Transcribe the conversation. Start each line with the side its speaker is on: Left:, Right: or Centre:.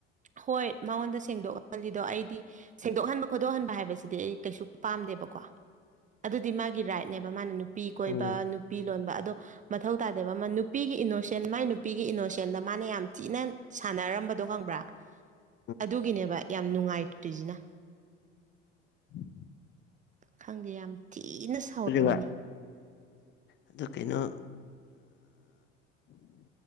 Right: ꯍꯣꯏ ꯃꯉꯣꯟꯗ ꯁꯦꯡꯗꯣꯛꯍꯜꯂꯤꯗꯣ ꯑꯩꯗꯤ ꯁꯦꯡꯗꯣꯛꯍꯟꯕ ꯈꯣꯠꯇꯣꯛꯍꯟꯕ ꯍꯥꯏꯕꯁꯤꯗꯤ ꯑꯩ ꯀꯩꯁꯨ ꯄꯥꯝꯗꯦꯕꯀꯣ ꯑꯗꯨꯗꯤ ꯃꯥꯒꯤ ꯔꯥꯏꯠꯅꯦꯕ ꯃꯥꯅ ꯅꯨꯄꯤ ꯀꯣꯏꯕ
Left: ꯎꯝ
Right: ꯅꯨꯄꯤ ꯂꯣꯟꯕ ꯑꯗꯣ ꯃꯊꯧ ꯇ ꯑꯗꯕ ꯑꯃ ꯅꯨꯄꯤꯒꯤ ꯏꯅꯣꯁꯦꯟ ꯃꯥꯏ ꯅꯨꯄꯤꯒꯤ ꯏꯅꯣꯁꯦꯟꯗ ꯃꯥꯅ ꯌꯥꯝ ꯊꯤꯅ ꯁꯥꯟꯅꯔꯝꯕꯗꯣ ꯈꯪꯕ꯭ꯔꯥ
Left: <inaudible>
Right: ꯑꯗꯨꯒꯤꯅꯦꯕ ꯌꯥꯝ ꯅꯨꯡꯉꯥꯏꯇ꯭ꯔꯤꯁꯤꯅ
Left: <unintelligible>
Right: ꯈꯪꯗꯦ ꯌꯥꯝ ꯊꯤꯅ ꯁꯥꯎꯅꯤꯡꯉꯦ
Left: ꯑꯗꯨ ꯑꯗꯨ ꯀꯩꯅꯣ